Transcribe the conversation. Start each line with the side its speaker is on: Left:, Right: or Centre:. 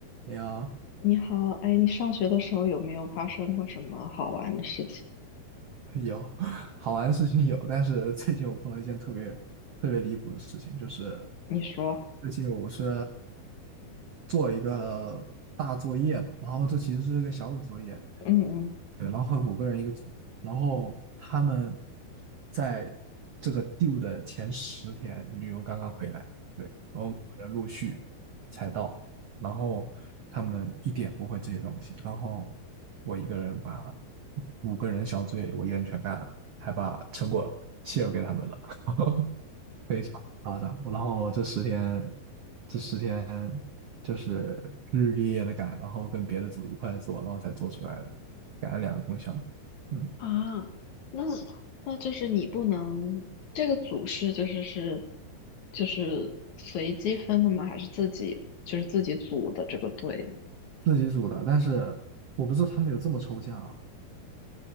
Right: 有
Left: 你好，哎，你上学的时候有没有发生过什么好玩的事情？
Right: 有 <laughs> 好玩的事情有，但是最近我碰到一件特别特别离谱的事情，就是
Left: 你说，
Right: 最近我是做一个大作业嘛，然后这其实是个小组作业，
Left: 嗯嗯，
Right: 对，然后五个人一个组，然后他们在这个 due 的前十天旅游刚刚回来，对，然后人陆续才到，然后他们一点不会这些东西，然后我一个人把五个人小组也我一个人全干了，还把成果 share 给他们了，<laughs> 非常夸张。然后这十天，这十天就是日日夜夜的赶，然后跟别的组一块做，然后才做出来的，赶了两个通宵。嗯，
Left: 啊，那 <sniffs> 那就是你不能，这个组是就是是就是随机分的吗？还是自己就是自己组的这个队呢？
Right: 自己组的，但是我不知道他们有这么抽象啊，